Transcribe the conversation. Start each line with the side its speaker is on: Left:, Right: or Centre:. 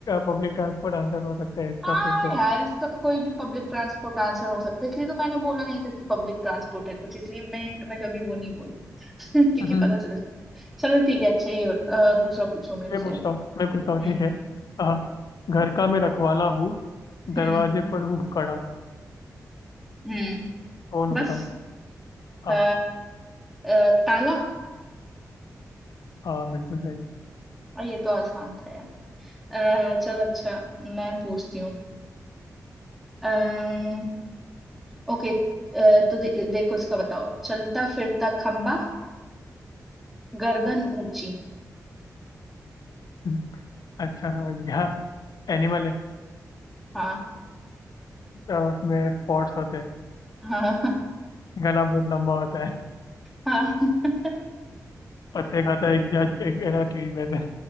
Left: पब्लिक ट्रांसपोर्ट आंसर हो सकता है इसका
Centre: हाँ
Left: फिर तो
Centre: यार इसका तो कोई भी पब्लिक ट्रांसपोर्ट आंसर हो सकता है इसलिए तो मैंने बोला नहीं था कि पब्लिक ट्रांसपोर्ट है कुछ इसलिए मैं hint में कभी वो नहीं बोला <laughs> क्योंकि
Left: हम्म
Centre: पता चल चलो ठीक है अच्छा ये बत- अ, दूसरा पूछो मेरे
Left: मैं
Centre: से
Left: पूछता हूँ मैं पूछता
Centre: हम्म
Left: हूँ ठीक है हाँ घर का मैं रखवाला हूँ दरवाजे
Centre: हम्म
Left: पर हूँ कड़ा
Centre: हम्म
Left: कौन
Centre: बस
Left: हो बताओ हाँ
Centre: अ, अ, ताला
Left: हाँ बिल्कुल सही
Centre: और ये तो आसान था यार अ, चलो अच्छा मैं पूछती हूँ अ, ओके अ, तो दे, देखो इसका बताओ चलता फिरता खंबा गर्दन ऊंची
Left: हम्म, अच्छा समझ गया एनिमल है
Centre: हाँ
Left: तो उसमें स्पॉट्स होते हैं
Centre: हाँ
Left: गला बहुत लंबा होता है
Centre: हाँ
Left: पत्ते खाता है एक जज एक है ना ट्री में से